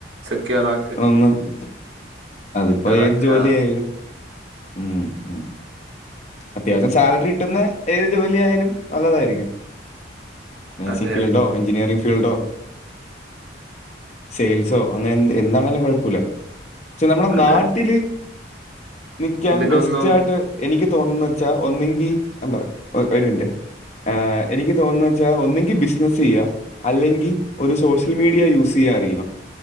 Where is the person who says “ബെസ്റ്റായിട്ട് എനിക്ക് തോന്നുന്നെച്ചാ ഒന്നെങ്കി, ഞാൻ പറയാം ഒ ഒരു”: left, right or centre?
Left